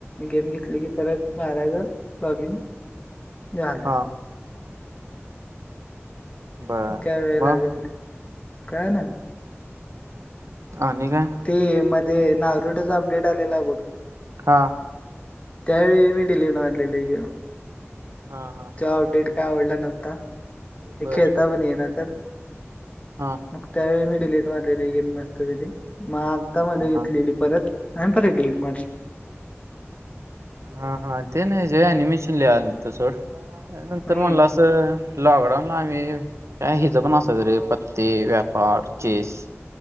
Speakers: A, on the left; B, on the right.
A: गेम घेतली की परत मारायचं लॉग इन झालं.
B: हा बर
A: काय वेळ
B: मग
A: लागत नाही, काय नाही.
B: आणि काय.
A: ते मध्ये, नाारुट्याचा अपडेट आलेला बघ,
B: हां.
A: त्यावेळी मी डिलीट मारलेली गेम.
B: हा हा.
A: तो अपडेट काय आवडला नव्हता,
B: बर
A: खेळता पण ईना तो.
B: हा
A: मग त्यावेळी मी डिलेट मारलेली गेम मस्त मधे, मग आता
B: हा
A: मध्ये
B: हा
A: घेतलेली. परत, आणि परत डिलीट मारली.
B: हा हा, ते नाही जे एनिमेशन लिवालतो सोड, नंतर
A: हम्म
B: म लॉकडाऊन आम्ही, काय हिज पण असायचं रे पत्ते, व्यापार, चेस,